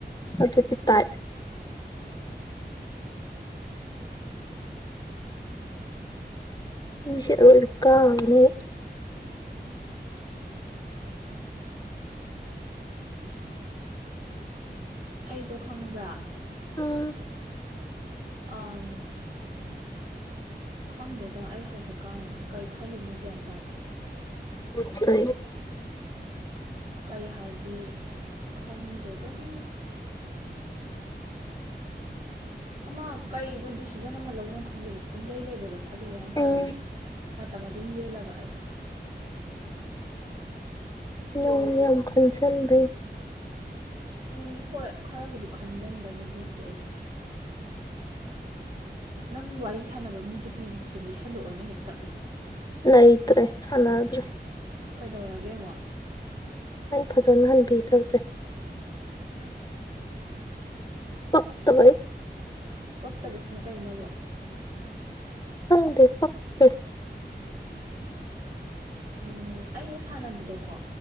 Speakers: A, on the left; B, on the right.
A: ꯁꯇꯛꯇ ꯇꯥꯏ ꯢꯁꯦ ꯑꯔꯣꯏꯕꯤ ꯀꯥꯕꯅꯦ
B: ꯑꯩꯗꯣ ꯈꯪꯕ꯭ꯔꯥ
A: ꯎꯝ
B: ꯑ ꯈꯪꯗꯗ ꯑꯩ ꯍꯧꯖꯤꯛꯀꯥꯟ ꯀꯔꯤ ꯈꯜꯂꯤꯅꯣ ꯒ꯭ꯌꯥꯟ ꯇꯥꯗꯦ
A: ꯐ
B: ꯀꯩ ꯍꯥꯏꯗꯤ ꯈꯪꯗꯦ ꯑꯗꯨꯝ ꯑꯃ ꯀꯩꯅꯣ ꯗꯤꯁꯤꯖꯟ ꯑꯃ ꯂꯧꯕ ꯈꯪꯗꯕ ꯏꯂ ꯂꯩꯕꯗꯣ ꯑꯗꯨ ꯑꯗꯨꯃꯥꯏꯅ ꯇꯧꯔꯤ
A: ꯎꯝ
B: ꯃꯇꯝ ꯑꯗꯨꯝ ꯂꯦꯜꯂꯒ ꯑꯩ
A: ꯅꯣꯡ ꯌꯥꯝ ꯈꯟꯁꯤꯟꯕꯩ
B: ꯟ ꯍꯣꯏ ꯈꯔꯕꯨꯗꯤ ꯈꯟꯖꯟꯕꯩꯅꯦ ꯑꯗꯨꯕꯨꯗꯤ ꯑꯩꯗ ꯅꯪ ꯋꯥꯔꯤ ꯁꯥꯟꯅꯕ ꯃꯤꯗꯨꯒꯤꯁꯨ ꯂꯤꯠꯁꯜꯂꯛꯑꯣꯅꯦ ꯍꯦꯛꯇ
A: ꯂꯩ ꯏꯇ꯭ꯔꯦ ꯆꯅꯗ꯭ꯔꯦ
B: ꯀꯩꯗꯧꯔꯒꯦ ꯑꯃꯛ
A: ꯑꯩ ꯐꯖꯅꯍꯟꯕꯤ ꯇꯧꯗꯦ
B: ꯑꯁ
A: ꯄꯣꯛꯛꯇꯕꯩ
B: ꯄꯛꯇꯕꯁꯤꯅ ꯀꯩꯅꯣ
A: ꯈꯪꯗ ꯄꯛꯦ
B: ꯎꯝ ꯑꯩꯅ ꯁꯥꯟꯅꯕꯗꯣꯀꯣ